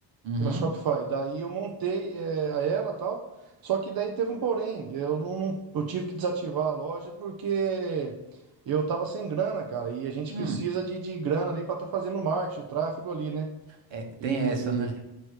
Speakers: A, on the right; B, on the right.
A: Uhum.
B: pela Shopify. Daí eu montei é, a ela e tal. Só que daí teve um porém. Eu não, não- eu tive que desativar a loja porque eu tava sem grana, cara. E a gente
A: Hum.
B: precisa de, de grana ali pra tá fazendo o marketing, o tráfego ali, né?
A: É, tem
B: E.
A: essa, né?